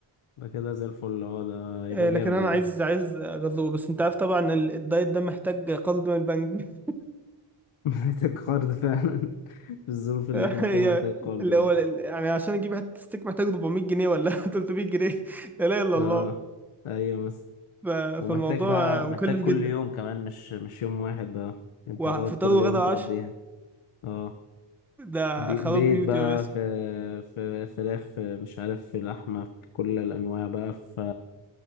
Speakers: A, on the left; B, in the centre.
A: يبقى كده زي الفل اه ده يبقى
B: آه
A: جامد
B: لكن انا
A: يعني
B: عايز عايز اجربه بس انت عارف طبعا ال- الدايت ده محتاج قرض من البنك
A: <laughs> محتاج قرض فعلا <laughs> في الظروف
B: <laughs>
A: اللي احنا فيها
B: هي
A: محتاج قرض
B: اللي
A: اه
B: هو ال- يعني عشان اجيب حته ستيك محتاج 400 جنيه ولا <laughs> 300 جنيه لا اله الا
A: اه
B: الله
A: ايوه مثلا
B: ف-
A: ومحتاج
B: فالموضوع
A: بقى
B: مكلف
A: محتاج كل
B: جدا
A: يوم كمان مش مش يوم واحد بقى انت
B: وفطار
A: هتقعد كل
B: وغدا
A: يوم
B: وعشاء
A: تقضيها اه
B: ده
A: بي-
B: خراب
A: بيض
B: بيوتي
A: بقى
B: يا باشا
A: في في فراخ في مش عارف في لحمة في كل الأنواع بقى في